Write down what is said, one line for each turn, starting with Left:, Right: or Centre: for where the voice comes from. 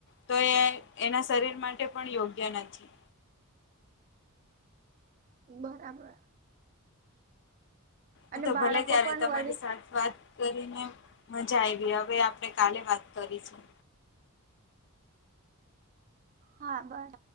Left: તો એ એના શરીર માટે પણ યોગ્ય નથી.
Right: બરાબર
Left: હ
Right: અને
Left: તો
Right: બાળકો
Left: ભલે ત્યારે
Right: પણ
Left: તમારી
Right: વળી
Left: સાથે વાત કરીને મજા આવી હવે આપણે કાલે વાત કરીશુ
Right: હા બરા